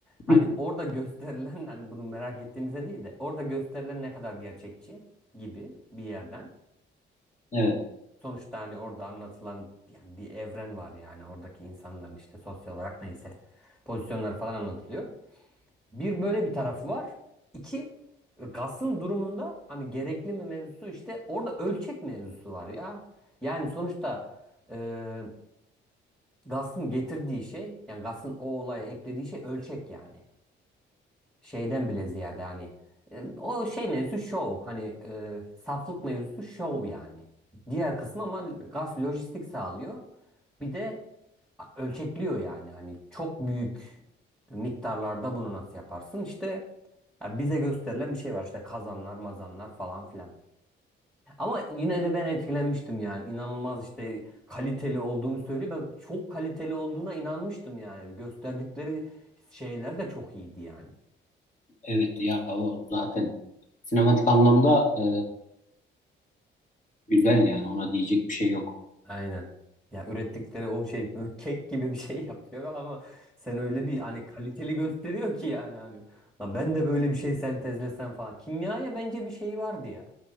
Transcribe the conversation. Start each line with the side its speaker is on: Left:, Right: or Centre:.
Centre: hani
Left: <laughs>
Centre: orada gösterilen hani bunu merak ettiğimizden değil de orada gösterilen ne kadar gerçekçi gibi bir yerden.
Left: Evet.
Centre: Sonuçta hani orada anlatılan yani bir evren var yani oradaki insanların işte sosyal olarak neyse pozisyonları falan anlatılıyor. Bir böyle bir tarafı var. İki Gas'ın durumunda hani gerekli mi mevzusu işte orada ölçek mevzusu var ya. Yani sonuçta e, Gas'ın getirdiği şey yani Gas'ın o olaya eklediği şey ölçek yani. Şeyden bile ziyade hani e, o şey mevzusu şov hani e, saflık mevzusu şov yani. Diğer kısmı ama Gas lojistik sağlıyor. Bir de ölçekliyor yani hani çok büyük miktarlarda bunu nasıl yaparsın işte ya bize gösterilen bir şey var işte kazanlar mazanlar falan filan. Ama yine de ben etkilenmiştim yani inanılmaz işte kaliteli olduğunu söylüyor. Ben çok kaliteli olduğuna inanmıştım yani gösterdikleri şeyler de çok iyiydi yani.
Left: Evet ya o zaten sinematik anlamda e, güzel yani ona diyecek bir şey yok.
Centre: Aynen. Ya ürettikleri o şey <laughs> böyle kek gibi bir şey yapıyor ama sen öyle bir hani kaliteli gösteriyor ki yani hani "Lan ben de böyle bir şey sentezlesem falan. Kimyaya bence bir şey vardı ya.